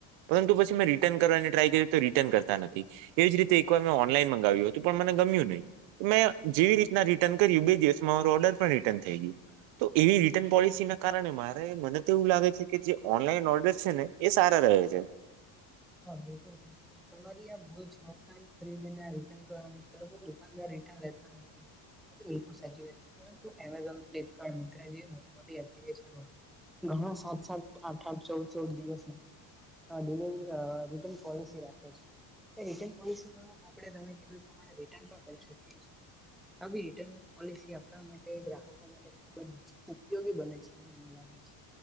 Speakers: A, on the right; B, in the centre.
A: પરંતુ પછી મેં રિટર્ન કરવાની ટ્રાય કર તો રિટર્ન કરતા નથી એવી જ રીતે એકવાર મેં ઓનલાઈન મગાવ્યું હતું પણ મને ગમ્યું નહી, મેં જેવી રીતે ના રિટર્ન કર્યું બે દિવસમાં મારું ઓર્ડર પણ રિટર્ન થઈ ગયું. તો એવી રિટર્ન પોલિસી ના કારણે મારે મને તો એવું લાગે છે કે જે ઓનલાઈન ઓર્ડર છે ને. એ સારા રહે છે.
B: હા બિલકુલ સ તમારી આ ભૂલ છે ઓલાન ખરીદીને રટન કરવાની દુાનદ રિટન લેતા નથી. બિલકુલ સાચી વાત છેંતુ એમેઝોન ફ્લપકાર મ જે મો મો એપ્લિકેશનો. ઘણા સાત સાત આઠ આઠ ચૌદ ચૌદ દિવસ, ડિલવરી અ રિટર્ન પોલિસી રાખે છે. રિટર્ન પોલિસીમાં આપણે તમે કીધું એ પ્રમાણે રિટર્ન પણ કરી શકીએ છીએ. આવી રિટર્ન પોલિસી આપણા માટે ગ્રાહકો માટે ખૂબ જ ઉપયોગી બને છે એવ મને લાગે છે,